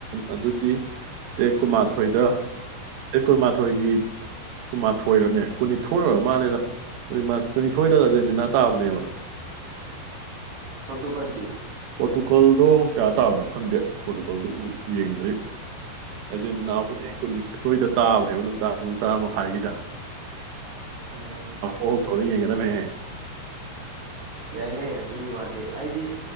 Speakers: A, on the right; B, on the right.
A: ꯑꯗꯨꯗꯤ ꯇꯦꯠ ꯀꯨꯟꯃꯥꯊꯣꯏꯗ ꯇꯦꯠ ꯀꯨꯟꯃꯥꯊꯣꯏꯒꯤ ꯀꯨꯟꯃꯥꯊꯣꯏꯔꯅꯦ ꯀꯨꯟꯅꯤꯊꯣꯏ ꯑꯣꯏꯔ ꯃꯥꯜꯂꯗ ꯀꯨꯟꯅꯤꯊꯣꯏꯗ ꯑꯥꯔꯖꯦꯟꯇꯤꯅꯥ ꯇꯥꯕꯅꯦꯕ
B: ꯑ ꯄꯁꯄꯗꯤ
A: ꯄꯣꯔꯇꯨꯒꯜꯗꯣ ꯀꯌꯥ ꯇꯥꯕꯅꯣ ꯈꯪꯗꯦ ꯄꯣꯔꯇꯨꯒꯜꯗꯨ ꯎ ꯌꯦꯡꯗ꯭ꯔꯤ ꯑꯗꯨ ꯅꯅꯥꯎꯕꯨꯗꯤ
B: ꯎꯝ
A: ꯀꯨꯟꯅꯤꯊꯣꯏꯗ ꯇꯥꯕꯅꯦꯕ ꯅꯨꯡꯗꯥꯡ ꯄꯨꯡ ꯇꯔꯥꯃꯥ ꯍꯥꯏꯒꯤꯗ
B: ꯎꯝ
A: ꯣ ꯇꯧꯔꯔꯤ ꯌꯦ ꯀꯗꯝ <inaudible>
B: ꯌꯥꯏ ꯍꯦ ꯇꯨꯒꯤ ꯋꯥꯗꯦ ꯑꯩꯗꯤ